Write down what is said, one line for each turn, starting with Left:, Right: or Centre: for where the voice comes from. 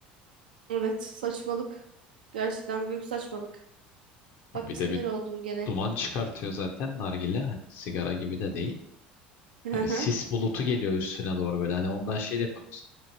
Right: Evet, saçmalık. Gerçekten büyük saçmalık.
Left: Ya
Right: Bak
Left: Bir
Right: sinir
Left: de bir
Right: oldum gene.
Left: duman çıkartıyor zaten nargile. Hani sigara gibi de değil.
Right: <laughs>
Left: Hani sis bulutu geliyor üstüne doğru böyle. Hani ondan şey de yapamıyorsun.